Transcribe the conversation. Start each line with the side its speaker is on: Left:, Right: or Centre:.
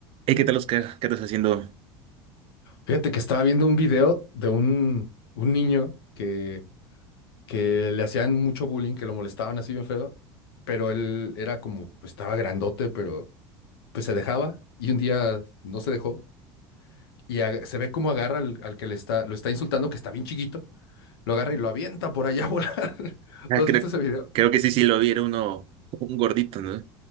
Right: Hey, ¿qué tal, Oscar? ¿Qué estás haciendo?
Left: Fíjate que estaba viendo un video de un, un niño que, que le hacían mucho bullying, que lo molestaban así bien feo, pero él era como, pues estaba grandote, pero pues se dejaba y un día no se dejó y ag- se ve cómo agarra al, al que le está, lo está insultando, que está bien chiquito, lo agarra y lo avienta por allá a volar. <laughs>
Right: Ah,
Left: ¿No has
Right: creo,
Left: visto ese video?
Right: creo que sí, sí lo vi, era uno, un gordito, ¿no?